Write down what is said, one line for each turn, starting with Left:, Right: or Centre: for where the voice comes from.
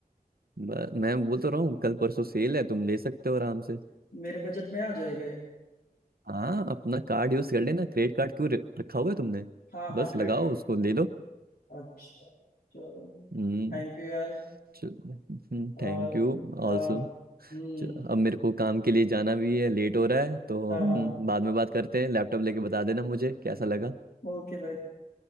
Right: ब- मैं बोल तो रहा हूँ कल परसों सेल है तुम ले सकते हो आराम से
Left: मेरे बजट में आ जाएगा ये
Right: हाँ अपना कार्ड यूज कर लेना क्रेडिट कार्ड क्यों र- रखा हुआ है तुमने
Left: हाँ हाँ
Right: बस
Left: ग्रेट
Right: लगाओ उसको ले लो
Left: अच्छा चलो
Right: हम्म
Left: थैंक यू यार
Right: चलो,
Left: और
Right: थैंक यू
Left: हाँ
Right: ऑल्सो
Left: हम्म
Right: अब मेरे को काम के लिए जाना भी है लेट हो रहा है तो
Left: हाँ
Right: हम
Left: हाँ हाँ
Right: बाद में बात करते हैं लैपटॉप लेके बता देना मुझे कैसा लगा
Left: ओके भाई